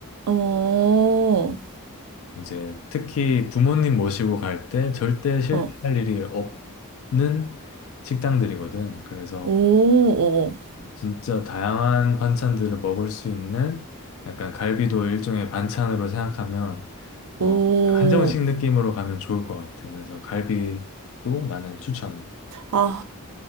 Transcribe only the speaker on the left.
이제 특히 부모님 모시고 갈 때 절대 실패할
일이 없는 식당들이거든. 그래서
진짜 다양한 반찬들을 먹을 수 있는 약간 갈비도 일종의 반찬으로 생각하면 어,
한정식 느낌으로 가면 좋을 것 같아. 그래서 갈비도 나는 추천해.